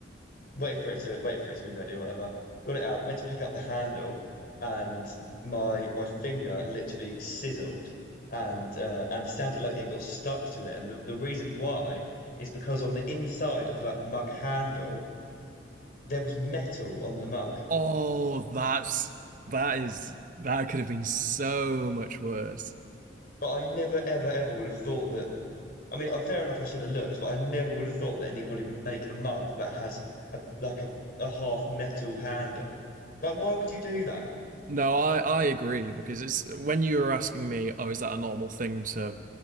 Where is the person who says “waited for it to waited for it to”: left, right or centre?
Left